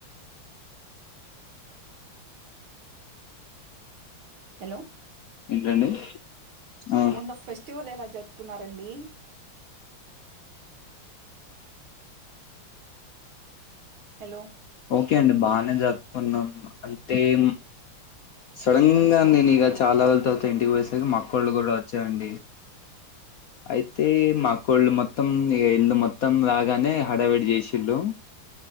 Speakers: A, on the right (about 80°); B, on the left (about 65°).
A: అ హలో
B: ఏంటండి ఆ
A: మొన్న ఫస్ట్ వల్ ఎలా జరుపుకున్నారండి హలో
B: కే అండి బానే జరుపుకున్నాం అంతే ఎమ్ సడన్ గా నేను ఇగ చాలా రోజుల తర్వాత ఇంటికి పోసేసరికి మా అక్కోళ్ళు కూడా వచ్చాయండి అయితే మా అక్కోళ్ళు మొత్తం ఇగ ఇల్లు మొత్తం రాగానే హడవిడి చేసి ఇల్లు